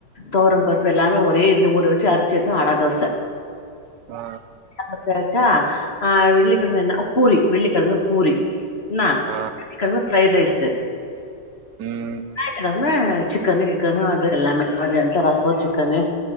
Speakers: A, on the left; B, on the right.
A: தோரம் பருப்பு எல்லாமே ஒரே இதுல ஊற வச்சு அரிச்சு எடுத்தா அடா தோச
B: ஆ
A: வச்சாசா ஆ வெள்ளிக்கிழம என்ன பூரி வெள்ளிக்கிழம பூரி என்னா
B: ஆ
A: கலம ஃப்ரைடு ரைஸ்சு
B: ம்
A: ஞாயத்துக்கிழம சிக்கனு கிக்கனு அது எல்லாமே அது மதியானத்துல ரஷோ சிக்கனு